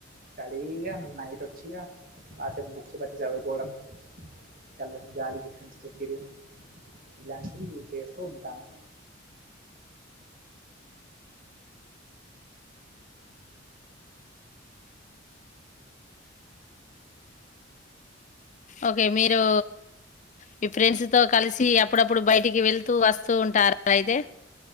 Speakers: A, on the right (about 50°); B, on the left (about 40°).
A: స్టడీ న నైట్ ఒచ్చిగా కాసేపు బుక్స్ పట్ చదువుకోవడం చల్ల గాలికి ఫ్రెండ్స్తో తిరిగ ఇలాంటివి చేస్తూ ఉంటాను
B: ఓకె మీరూ మీ ఫ్రెండ్స్ తో కలిసి అప్పుడప్పుడు బయటికి వెళ్తూ వస్తూ ఉంటారు ఐతే